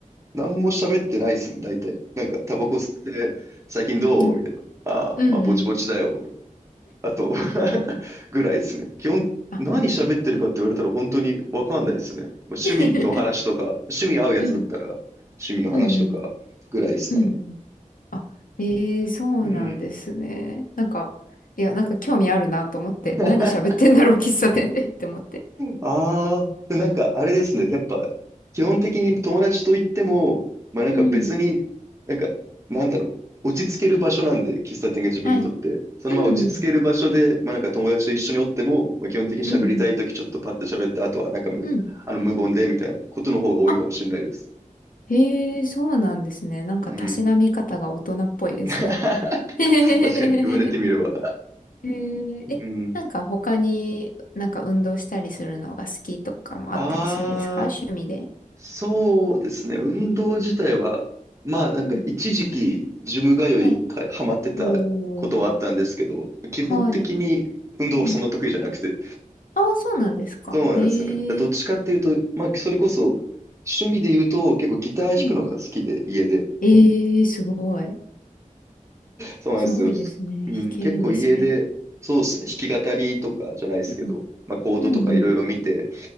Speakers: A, on the right (about 20°); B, on the left (about 80°).
A: 何も喋ってないっすね、大体。なんか、タバコ吸って、最近どうみたいな。
B: うん。
A: ああ、
B: うんうん。
A: まあ、ぼちぼちだよ。あと <laughs> ぐらいですね。基本、
B: あ
A: 何喋ってるかって言われたら本当にわかんないですね。まあ趣味の話とか、
B: <laughs>
A: 趣味合うやつだったら
B: うん、<laughs>
A: 趣味の話とかぐらいですかね。
B: うん、うん、うんうん。あ、ええそうなんですね。
A: うん。
B: なんか、いや、なんか興味あるなと思って、
A: <laughs>
B: 何喋ってんだろう、喫茶店で <laughs> って思って。
A: ああ、でもなんかあれですね。やっぱ、基本的に友達といっても、まあなんか別に、
B: うん、
A: なんか、なんだろう、落ち着ける場所なんで、喫茶店が自分にとって。
B: はい。
A: そのまま落ち着ける場所で、
B: うんうん、
A: まあなんか友達と一緒におっても、まあ基本的に喋りたいときちょっとパッと喋って、
B: うんうん、
A: あとはなんかむ、
B: うん。
A: あの無言でみたいなことの方が多いかもしれないです。
B: あ、へえそうなんですね。なんか、
A: うん。
B: たしなみ方が大人っぽいですね。
A: <laughs> 確
B: <laughs> へえ
A: かに、言われてみれば。
B: え、
A: うん。
B: なんか他になんか運動したりするのが好きとかもあったりするんですか趣味で。
A: ああ。そうですね。運動自体は、まあなんか一時期ジム通いか、
B: うん。はい。
A: ハマってたことはあったんですけど、
B: おー。
A: 基本的に運動はそんな得意じゃなくて。
B: はい。うんああ、そうなんですか。
A: そうなんですよね。
B: へえ。
A: だからどっちかっていうと、まあそれこそ趣味で言うと結構ギター弾くのが好きで、
B: うん、うん、
A: 家で。
B: ええ、すごい。
A: そうなんですよ。
B: すごいですね。
A: うん、
B: 弾けるんですね。
A: 結構家で、そうですね。弾き語りとかじゃないですけど、
B: うん、
A: まあコードとかいろいろ見て、
B: うん、うん、